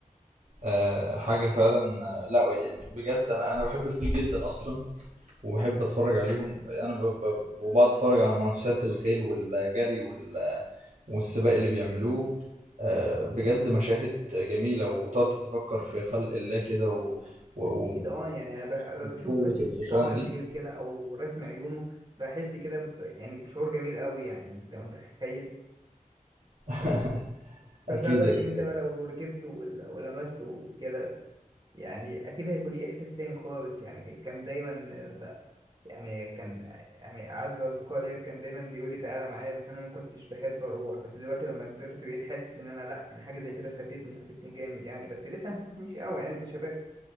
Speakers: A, on the right; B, on the right.
A: آه، حاجة فعلا آه، لا يعني بجد أنا أنا بحب الخيل جدا أصلا وبحب اتفرج عليهم انا ب... ب... وبقعد اتفرج على منافسات الخيل والجري وال... والسباق اللي بيعملوه آه، بجد مشاهد جميلة وتقعد تتفكر في خلق الله كده و... و... و...
B: اكيد اه يعني انا بح-
A: وقوة
B: بشوف بس
A: الحصان
B: شعر الخيل
A: دي
B: كده او رسم عيونه بحس كده ب... يعني بشعور جميل قوي يعني انت متخيل
A: <laughs>
B: ف-
A: أكيد
B: فما بالك
A: ال-
B: ان انت بقى لو ركبته ول- ولمسته وكده يعني اكيد هيكون ليه احساس تاني خالص يعني كان دايما ب- يعني كان يعني اعز الاصدقاء ليا كان دايما بيقول لي تعالى معايا بس انا ما كنتش بحب اروح بس دلوقتي لما كبرت بقيت حاسس ان انا لا ان حاجه زي كده فاتتني فاتتني جامد يعني بس لسه ما فاتتنيش قوي يعني لسه شباب